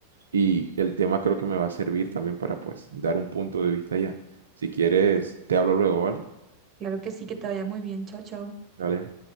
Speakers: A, on the right (about 70°); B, on the right (about 25°).
A: Y el tema creo que me va a servir también para pues dar un punto de vista ya. Si quieres, te hablo luego, ¿vale?
B: Claro que sí, que te vaya muy bien. Chao, chao.
A: Dale.